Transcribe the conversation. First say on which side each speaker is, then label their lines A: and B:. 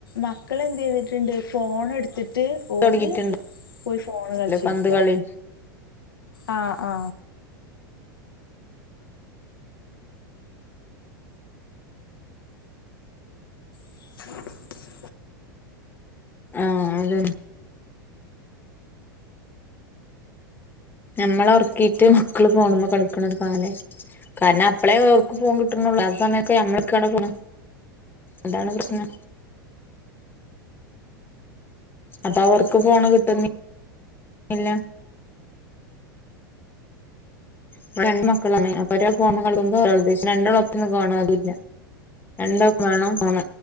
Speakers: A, on the left (about 80°); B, on the left (about 20°).
A: മക്കളെന്ദേ ചെയ്തിട്ടുണ്ട് ഫോൺ എടുത്തിട്ട് ട്ട് ഓര്
B: തുടങ്ങിയിട്ടുണ്ടല്ലോ
A: പോയി ഫോൺ കളിച്ചരുരിക്ക
B: പന്ത് കളി
A: ആ ആ <unintelligible>
B: ആ അതെ ഞമ്മളെ ഉറക്കിയിട്ട് മക്കള് പോണ്മേ കളിക്കണ ഒരു ക്കാലെ കാരണം അപ്പളേ ഓർക്ക് പോകൻ കിട്ടണള്ളൂ അ സമയക്കെ നമ്മൊക്കെയാണ് ഫോൺ അതാണ് പ്രശ്നം അത അവർക്ക് ഫോണ് കിട്ടുന്നി ന്നില്ല പ്പ രണ്ട് മക്കളാണ് അപ്പൊ ഒരാൾ ഫോണിമേ കാണുമ്പോ ഒരാൾ ദേഷ്യം രണ്ടാൾ ഒപ്പംഇരുന്ന് കാണോ അതുല്ല രണ്ടോക്ക് വേണം ഫോൺ